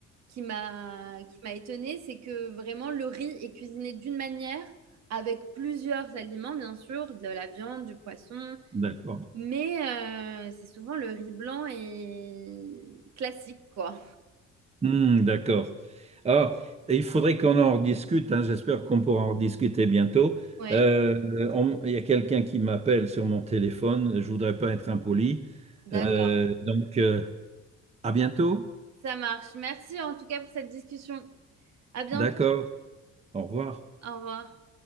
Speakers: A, on the right; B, on the right.
A: qui m'a qui m'a étonnée, c'est que vraiment le riz est cuisiné d'une manière avec plusieurs aliments, bien sûr, de la viande, du poisson,
B: d'accord.
A: mais euh, c'est souvent le riz blanc et classique, quoi.
B: Hmm, d'accord. Ah, il faudrait qu'on en rediscute, hein, j'espère qu'on pourra en rediscuter bientôt.
A: Ouais,
B: Euh, on- il y a quelqu'un qui m'appelle sur mon téléphone, je voudrais pas être impoli.
A: d'accord,
B: Ah, Euh, donc, euh, à bientôt.
A: ça marche. Merci en tout cas pour cette discussion. À bientôt.
B: D'accord. Au revoir.
A: Au revoir.